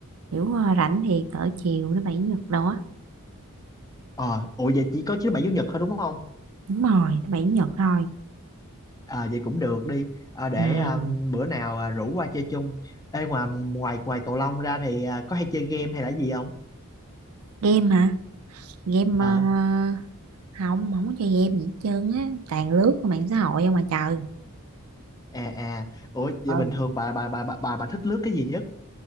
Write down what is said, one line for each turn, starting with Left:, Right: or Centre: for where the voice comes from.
Right: kiểu ờ, rảnh thì cỡ chiều thứ bảy chủ nhật đó
Left: ờ ủa vậy chỉ có thứ bảy chủ nhật thôi đúng không
Right: đúng rồi thứ bảy chủ nhật thôi
Left: à vậy cũng được đi ờ để
Right: ừ.
Left: à, bữa nào à, rủ qua chơi chung ê ngoài ngoài ngoài cầu lông ra thì à, có hay chơi game hay là gì không
Right: game hả game
Left: ờ
Right: ờ, không không có chơi game gì hết trơn á toàn lướt qua mạng xã hội không mà trời
Left: à à ủa vậy
Right: Ờ,
Left: bình thường bà bà bà bà bà, bà thích lướt cái gì nhất